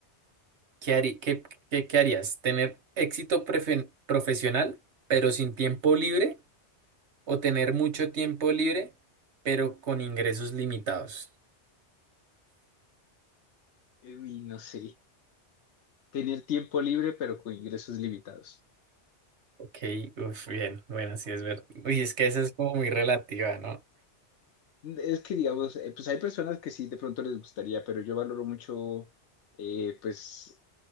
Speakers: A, on the right; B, on the left.
A: ¿qué harí- qué, qué- qué harías? ¿Tener éxito prefe- profesional pero sin tiempo libre o tener mucho tiempo libre pero con ingresos limitados?
B: eh, uy, no sé, tener tiempo libre pero con ingresos limitados.
A: Ok, uf, bien, bueno, sí es verdad. Uy, es que esa es como muy relativa, ¿no?
B: Es que, digamos, eh, pues hay personas que sí, de pronto les gustaría, pero yo valoro mucho, eh, pues,